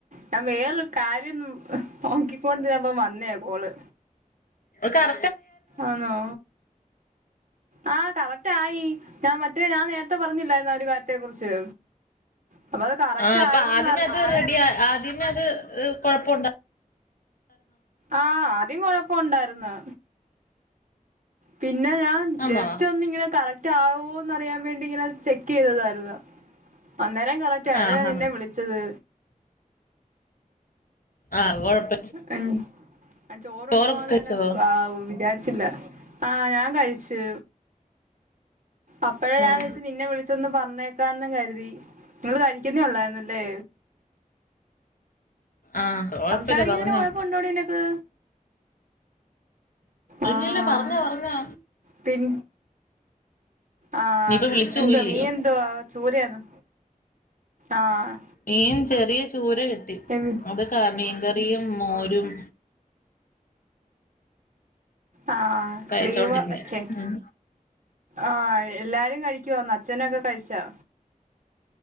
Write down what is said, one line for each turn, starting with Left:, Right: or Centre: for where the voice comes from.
Right: ഞാൻ വേറെ കാര്യം നോക്കിക്കൊണ്ടിര്ന്നപ്പം വന്നയാ കോള്
Left: അഹ് കറ
Right: ആന്നോ ആഹ് കറക്ട് ആയി. ഞാൻ മറ്റേ ഞാൻ നേരത്തെ പറഞ്ഞില്ലായ്ന്നോ ഒരു കാര്യത്തെ കുറിച്ച് അപ്പൊ അത് കറക്റ്റ്
Left: ആഹ് അപ്പ
Right: ആയോന്ന്
Left: ആദ്യമേ അത്
Right: ആയ
Left: റെഡി ആദ്യമേ അത് ഹ് കൊഴപ്പുണ്ട
Right: ആഹ് ആദ്യം കൊഴപ്പോണ്ടാര്ന്ന്. പിന്നെ ഞാൻ
Left: ആന്നോ
Right: ജസ്റ്റ് ഒന്ന് ഇങ്ങനെ കറക്റ്റ് ആവോന്ന് അറിയാൻ വേണ്ടി ഇങ്ങനെ ചെക്ക് ചെയ്തതായര്ന്ന് അന്നേരം കറക്റ്റ് ആയതാ
Left: ആഹ്
Right: അതാ നിന്നെ
Left: ആഹ്
Right: വിളിച്ചത്.
Left: ആഹ് കൊഴപ്പ
Right: ഇൻ ഞാൻ ചോറണ്ണുവാന്നന്നെ
Left: ചോറൊക്കെ കഴിച്ചോ
Right: വാവ് വിചാരി ച്ചില്ല ആഹ് ഞാൻ കഴിച്ച് അപ്പഴാ ഞാൻ
Left: ഉം
Right: വിയച്ച് നിന്നെ വിളിച്ചൊന്ന് പറഞ്ഞേ ക്കാന്ന് കരുതി നിങ്ങൾ കഴിക്കുന്നേ ഉള്ളായിന്നല്ലേ
Left: ആഹ് കൊഴപ്പില്ല
Right: സംസാരിക്കുന്നേന്
Left: പറഞ്ഞോ
Right: കൊഴപ്പുണ്ടോടി നിനക്ക്? ആഹ്
Left: ഇല്ലില്ല പറഞ്ഞോ പറഞ്ഞോ
Right: പിൻ ആഹ്
Left: നീയിപ്പ വിളിച്ചു
Right: എന്തോ
Left: പോയില്ലയോ
Right: മീൻ എന്ത് വാ ചൂരയാന്നോ ആഹ്
Left: മീൻ ചെറിയ ചൂര കിട്ടി
Right: എമി
Left: അത് ക മീൻകറിയും മോരും
Right: ആഹ്
Left: കഴിച്ചോണ്ടിരുന്നേ
Right: സ്ലീവ ച്ചേ
Left: ഉം
Right: ആഹ് എല്ലാരും കഴിക്കുവാന്നോ അച്ഛനൊക്കെ കഴിച്ചോ